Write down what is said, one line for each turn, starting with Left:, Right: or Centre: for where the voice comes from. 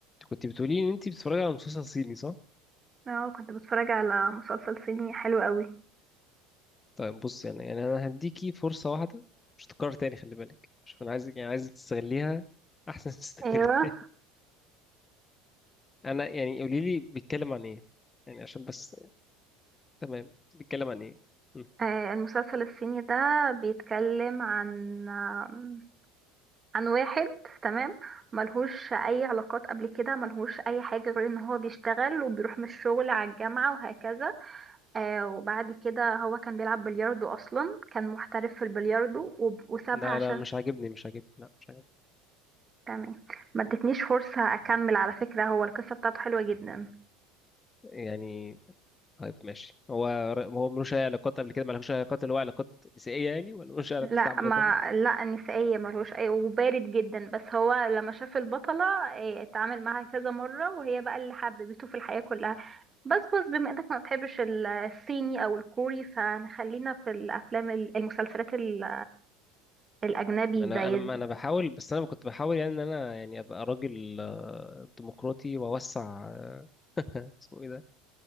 Left: كنت بتقولي ان انت بتتفرجي على مسلسل صيني صح
Right: اه كنت بتفرج على مسلسل صيني حلو قوي
Left: طيب بص يعني يعني انا هديكي فرصه واحده مش هتتكرر تاني خلي بالك شوف انا عايزك يعني عايزك تستغليها <laughs> احسن ما تستغلها
Right: ايوه
Left: <laughs> انا يعني قولي لي بيتكلم عن ايه يعني عشان بس تمام بيتكلم عن ايه مم.
Right: آه، المسلسل الصيني ده بيتكلم عن آم، عن واحد تمام ملهوش اي علاقات قبل كده ملهوش اي حاجة غير ان هو بيشتغل وبيروح من الشغل على الجامعة وهكذا آه وبعد كده هو كان بيلعب بلياردو اصلا كان محترف في البلياردو وب- وسابها
Left: لا
Right: عشان
Left: لا مش عاجبني مش عاجبني لا مش عاجبني
Right: تمام ما ادتنيش فرصة اكمل على فكرة هو القصة بتاعته حلوة جدا
Left: يعني طيب ماشي هو هو ملوش اي علاقات قبل كده ملوش اي علاقات اللي هو علاقات نسائيه يعني ولا ملوش اي علاقات
Right: لا
Left: عامه
Right: ما لا نسائية ملوش اي وبارد جدا بس هو لما شاف البطلة إيه، اتعامل معاها كذا مرة وهي بقى اللي حببته في الحياة كلها بس بس بما انك ما بتحبش ال- الصيني او الكوري فنخلينا في الافلام ال- المسلسلات ال- الاجنبي
Left: انا
Right: زي
Left: انا انا بحاول بس انا كنت بحاول يعني ان انا يعني ابقى راجل آه، ديمقراطي واوسع آه، اسمه ايه ده